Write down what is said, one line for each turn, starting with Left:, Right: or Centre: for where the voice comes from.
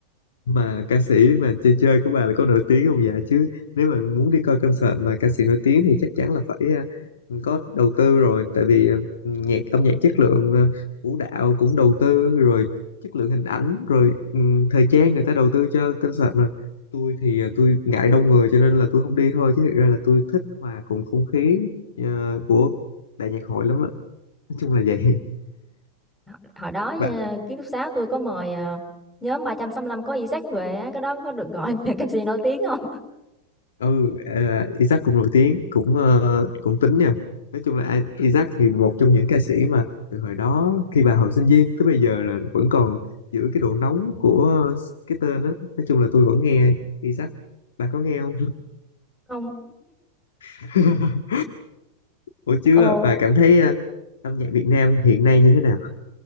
Left: mà ca sĩ mà chơi chơi của bà là có nổi tiếng không dạ chứ nếu mà muốn đi coi concert mà ca sĩ nổi tiếng thì chắc chắn là phải ờ, có đầu tư rồi tại vì ờ, nhạc âm nhạc chất lượng ờ, vũ đạo cũng đầu tư rồi chất lượng hình ảnh rồi ừm, thời trang người ta đầu tư cho concert mà tôi thì ờ, tôi ngại đông người cho nên là tôi không đi thôi chứ thực ra là tôi thích hòa cùng không khí ờ, của đại nhạc hội lắm á nói chung là vậy
Centre: hồi hồi đó
Left: <laughs>
Centre: ờ, ký túc xá tôi có mời ờ, nhóm 365 có Isaac về á, cái đó có được gọi <laughs> là ca sĩ nổi tiếng không
Left: ừ à, Isaac cũng nổi tiếng cũng ờ, cũng tính nha nói chung là Isaac thì một trong những ca sĩ mà từ hồi đó khi bà học sinh viên tới bây giờ là vẫn còn giữ cái độ nóng của cái tên đó nói chung là tôi vẫn nghe Isaac bà có nghe không
Centre: không
Left: <laughs> ủa chưa
Centre: ồ
Left: bà cảm thấy ờ, âm nhạc Việt Nam hiện nay như thế nào